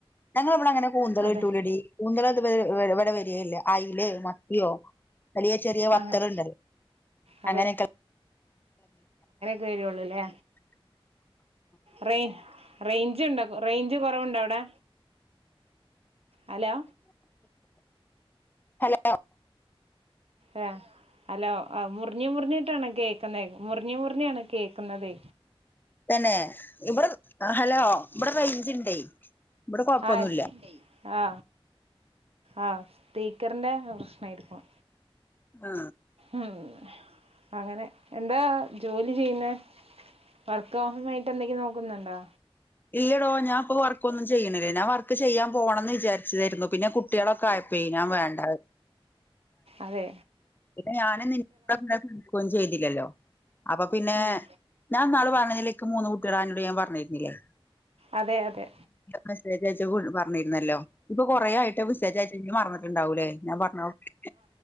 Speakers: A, on the left (about 20°); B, on the right (about 85°).
A: ഞങ്ങളെവിടെ അങ്ങനെ കൂന്തൾ
B: അതെ
A: കിട്ടൂലടി കൂന്തളത് ഇവിടെ വരേല്ല അയിലേ മത്തിയോ അല്ലെങ്കി ചെറിയ ബത്തലുണ്ടല്ലോ
B: അങ്ങനെ അതെ
A: അങ്ങനെക്കെ
B: വരൊള്ളൂല്ലേ റേ റേഞ്ചുണ്ടോ റേഞ്ച് കൊറവുണ്ടോവിടെ ഹലോ
A: ഹലോ
B: ഏ ഹലോ ആ മുറിഞ്ഞി മുറിഞ്ഞിട്ടാണ് കേൾക്കുന്നേ മുറിഞ്ഞ് മുറിഞ്ഞാണ് കേക്കുന്നത്
A: തന്നെ ഇവിടെ ഹലോ ഇവിടെ റേഞ്ച്ണ്ടേ ഇവിടെ കൊഴപ്പൊന്നുല്ല
B: ആ ആ ആ സ്പീക്കറിൻ്റെ പ്രശ്നായിരിക്കും
A: ആ
B: ഉം അങ്ങനെ എന്താ ജോലി ചെയ്യുന്നേ വർക്ക് ഹോമായിട്ട് എന്തെങ്കിലും നോക്കുന്നുണ്ടോ
A: ഇല്ലടോ ഞാൻപ്പോ വർക്കൊന്നും ചെയ്യണില്ല ഞാൻ വർക്ക് ചെയ്യാൻ പോണംന്ന് വിചാരിച്ചതായിരുന്നു പിന്നെ കുട്ടികളൊക്കെ ആയ പ്പേ ഞാൻ വേണ്ട
B: അതേ
A: പിന്നെ ഞാൻ <unintelligible> നികും ചെയ്തില്ലല്ലോ അപ്പൊ പിന്നെ
B: ഉം.
A: ഞാൻ ന്നാള് പറഞ്ഞില്ലേ ക്ക് മൂന്ന് കുട്ട്യാളാ അനോട് ഞാൻ പറഞ്ഞിരുന്നില്ലേ
B: അതെ അതെ
A: മെസ്സേജയച്ചപ്പോ പറഞ്ഞിരുന്നല്ലോ. ഇപ്പൊ കൊറേ ആയിട്ട് മെസേജയച്ചേ ജ് മറന്നിട്ടുണ്ടാവൂലേ ഞാൻ പറഞ്ഞൊക്കെ